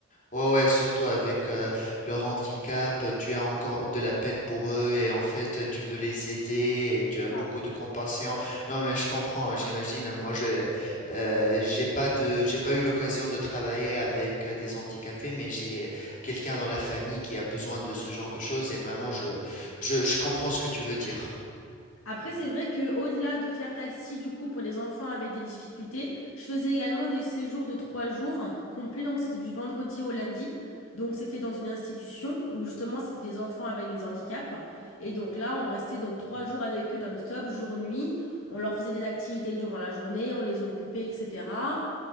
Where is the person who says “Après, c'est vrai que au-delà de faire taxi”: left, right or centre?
Left